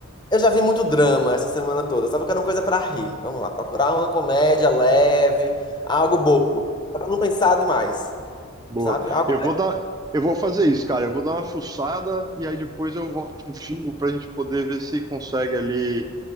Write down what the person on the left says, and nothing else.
eu já vi muito drama essa semana toda. Sabe que era uma coisa para rir. Vamos lá, procurar uma comédia leve, algo bobo, pra não pensar demais,
sabe? Algo